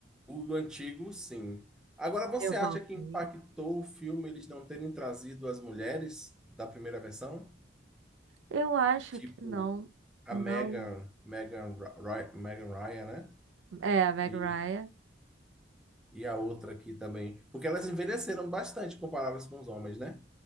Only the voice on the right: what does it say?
Eu voltei.
Eu acho
que não.
Não.
É, a Meg
Ryan.